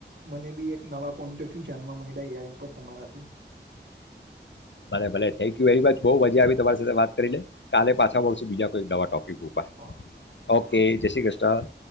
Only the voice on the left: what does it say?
ભલે ભલે થેન્ક યુ વેરી મચ બો મજા આવી તમારી સાથે વાત કરીને, કાલે પાછા મળશું બીજા કોઈક નવા ટોપ પિક ઉપર.
ઓ કે,
જે શ્રી ક્રષ્ણ.